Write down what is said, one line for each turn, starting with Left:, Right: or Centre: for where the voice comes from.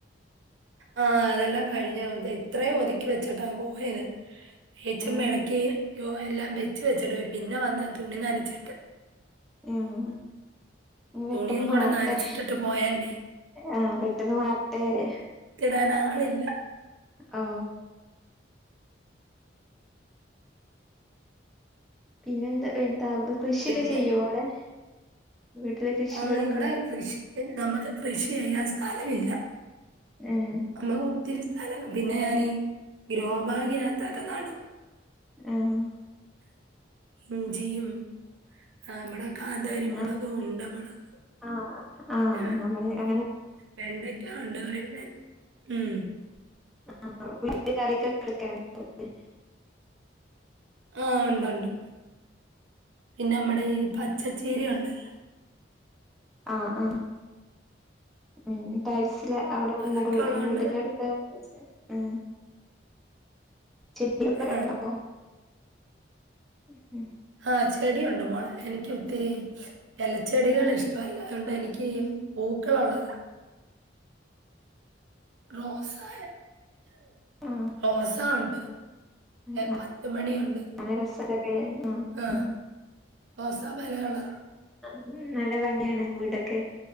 Right: ആ അതെല്ലാം കഴിഞ്ഞു ഇത് ഇത്രയും ഒതുക്കി വെച്ചട്ടാ പോയത് തേച്ച്
Centre: ഏഹ്
Right: മെഴക്കി യോ എല്ലാം വെച്ച് വെച്ചിട്ട് പോയി പിന്നെ വന്നാ തുണി നനച്ചിട്ടേ
Centre: ഊം ഉം പെട്ടെന്ന്
Right: തുണിയും കൂടെ
Centre: മാറട്ടെ
Right: നനച്ചിട്ടിട്ട് പോയാലേ
Centre: ആ പെട്ടെന്ന് മാറട്ടേര്
Right: അതിനാളില്ല
Centre: ആ പിന്നെന്താ ഏ താവുള് കൃഷിക്കെ
Right: പിന്നെ
Centre: ചെയ്യോ അവിടെ വീട്ടില് കൃഷികളൊക്കെ
Right: ആ ഇവിടെ
Centre: ഉണ്ടോ?
Right: കൃഷി നമുക്ക് കൃഷി ചെയ്യാൻ സ സ്ഥലമില്ല
Centre: ഏഹ്
Right: അമ്മക്ക് ഒത്തിരി സ്ഥലങ്ങും പിന്നെ ഞാനീ ഗ്രോ ബാഗിനത്തകത്തൊക്ക നടും
Centre: ആഹ്
Right: ഇഞ്ചിയും ആ മ്മടെ കാന്താരി
Centre: പിന്നെ
Right: മൊളക് ഉണ്ട മൊളക്
Centre: ആഹ്
Right: പിന്നെ
Centre: ആഹ് നമ്മള് അങ്ങനെ
Right: വെണ്ടക്കാ ഉണ്ടമൊളക് ഊം
Centre: ആ <unintelligible>
Right: ആ ഒണ്ടൊണ്ട് പിന്നെ അമ്മടെ ഈ
Centre: ഉം
Right: പച്ചച്ചീരയൊണ്ടല്ല
Centre: ആ ആം ഉം പയിൽസില് അവിടെ
Right: അതൊക്കെ
Centre: മുകൾല്
Right: ഉള്ളോണ്ട്
Centre: വീടിന്റെ അടുത്ത് ഉം ചട്നിയൊക്കെ
Right: ആ
Centre: ഇണ്ടാവോ ഉ ഉം
Right: ആ ചെടിയൊണ്ട് മോളെ എനിക്ക് ഒത്തിരി എലച്ചെടികളിഷ്ടോല്ല അതുകൊണ്ട് എനിക്ക് ഈ പൂക്കളൊള്ളതാ റോസായേ
Centre: ആഹ്
Right: റോസാ ഒണ്ട്
Centre: ആഹ്
Right: എ പത്തുമണിയുണ്ട്
Centre: നല്ല രസൊക്കെ ആഹ്
Right: ആ
Centre: ആഹ്
Right: റോസാ പല കളറാ
Centre: ഊം നല്ല ഭംഗിയായിട്ട്ണ്ട്‌ വീടൊക്കെ